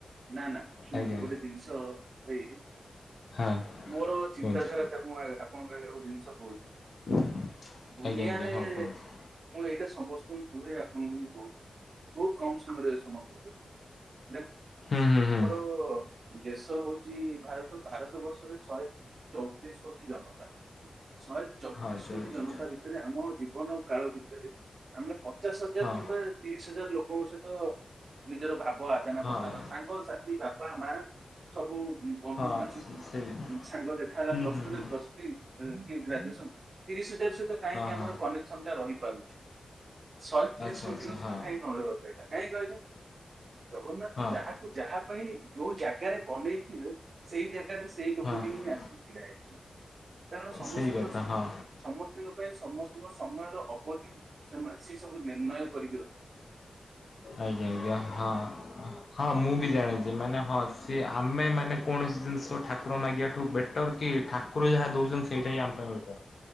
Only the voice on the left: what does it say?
ଆଜ୍ଞା
ହଁ
କୁହନ୍ତୁ
ଆଜ୍ଞା
ଆଜ୍ଞା ହଁ କୁହନ୍ତୁ।
ହୁ ହୁ ହୁ।
ହଁ ଚଳିଛି
ହଁ
ହଁ
ହଁ
ସେଇ
ହୁଁ
ହୁଁ
ହୁଁ
ହଁ
ହଁ
ଆଚ୍ଛା
ଆଚ୍ଛା
ହଁ
ହଁ
ହଁ
ସେଇ କଥା
ହଁ।
ଆଜ୍ଞା ଆଜ୍ଞା ହଁ ହଁ ମୁଁ
ବି ଜାଣିଛିି। ଯେମାନେ ହଁ ସିଏ ଆମେ ମାନେ କୌଣସି ଜିନିଷ ଠାକୁର ମାଗିବାଠୁ ବେଟର୍ କି ଠାକୁ କୁର ଯାହା ଦଉଛନ୍ତି ସେଇଟା ଆମ ପାଇଁ ବେଟର।